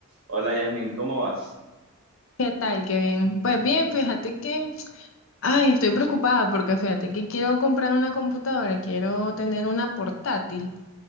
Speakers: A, on the right; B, on the left.
A: Hola Yasmin, ¿cómo vas?
B: ¿Qué tal, Kevin? Pues bien, fíjate que, ay, estoy preocupada porque fíjate que quiero comprar una computadora, quiero tener una portátil.